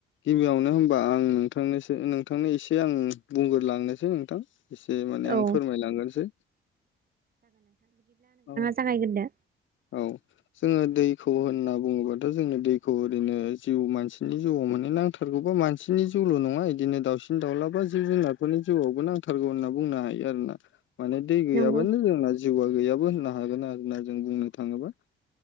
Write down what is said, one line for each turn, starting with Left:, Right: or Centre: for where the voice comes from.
Left: गिबियावनो होनबा आं नोंथांनोसो नोंथांनो एसे आं बुंग्रलांनोसै नोंथां एसे माने आं
Right: औ
Left: फोरमायलांगोनसै औ
Right: जागायगोनदा
Left: औ जोङो दैखौ होनना बुङोबाथ' जोङो दैखौ ओरैनो जिउ मानसिनि जिउआव मोनहै नांथार सोरगौबा मानसिनि जिउल' नङा बिदिनो दावउसिन दाउलाबा जिब जुनारफोरनि जिउआवबो नांथारगौ होनना बुंनो हायो आरो ना माने दै गैयाबानो
Right: नंगौ
Left: जोंना जिउआ गैयाबो होननो हागोन आरोना जों बुंनो थाङोबा